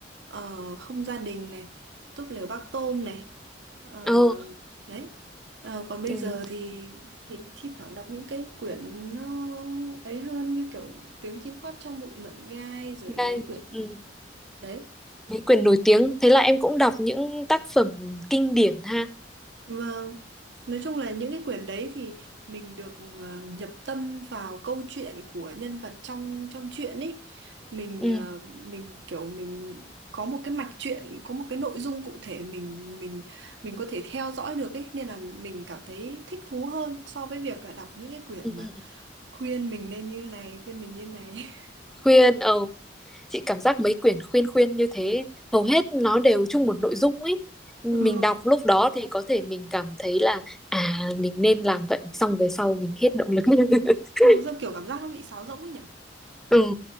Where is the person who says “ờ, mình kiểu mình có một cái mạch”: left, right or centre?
Right